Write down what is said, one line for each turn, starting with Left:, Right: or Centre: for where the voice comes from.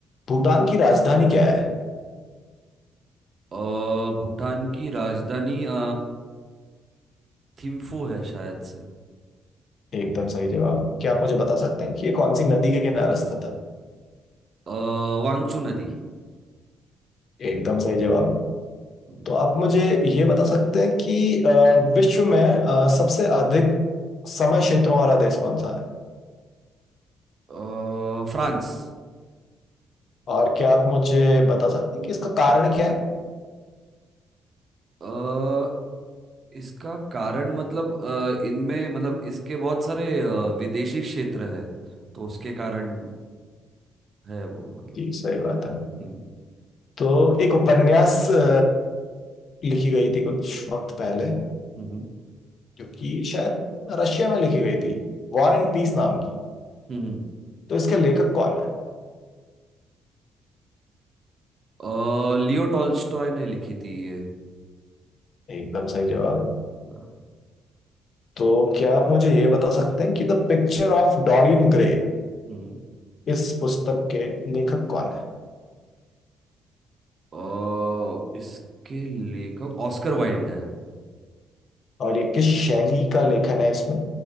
Left: भूटान की राजधानी क्या है
Right: अ, भूटान की राजधानी अ, थिम्फू है शायद से
Left: एकदम सही जवाब क्या
Right: हाँ
Left: आप मुझे बता सकते हैं कि ये कौन सी नदी के किनारे स्थित है
Right: अ, वांगचू नदी
Left: एकदम सही जवाब
Right: हम्म।
Left: तो आप मुझे ये बता सकते हैं कि अ, विश्व में अ, सबसे अधिक समय क्षेत्रों वाला देश कौन सा है
Right: अ, फ्रांस
Left: और क्या आप मुझे बता सकते हैं कि इसका कारण क्या है
Right: अ, इसका कारण मतलब अ, इनमें मतलब इसके बहुत सारे अ, विदेशी क्षेत्र है तो उसके कारण है वो मतलब
Left: जी सही बात है
Right: हम्म
Left: तो एक उपन्यास अ, लिखी गई थी कुछ वक्त पहले
Right: हम्म
Left: जो कि शायद रशिया में लिखी गई थी वॉर एंड पीस नाम की
Right: हम्म
Left: तो इसके लेखक कौन है
Right: अ, लियो टॉल्स्टॉय ने लिखी थी ये
Left: एकदम सही जवाब
Right: हाँ
Left: तो क्या आप मुझे ये बता सकते हैं कि the Picture of Dorian Gray
Right: हम्म
Left: इस पुस्तक के लेखक कौन है
Right: अ, इसके लेखक ऑस्कर वाइल्ड है
Left: और ये किस शैली का लेखन है इसमें